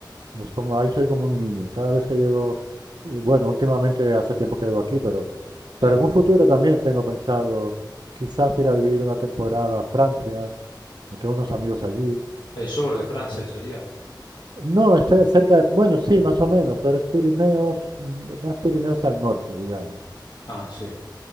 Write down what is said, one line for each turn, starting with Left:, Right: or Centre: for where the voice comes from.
Right: es como, ahí soy como un niño. Cada vez que llego, eh, bueno, últimamente hace tiempo que vivo aquí, pero,
Left: claro.
Right: pero en un futuro también tengo pensado quizás ir a vivir una temporada a Francia. Tengo unos amigos allí.
Left: El sur de Francia sería.
Right: No, esté cerca de, bueno, sí, más o menos, pero es Pirineos, mm, más Pirineos al norte, digamos.
Left: Ah, sí.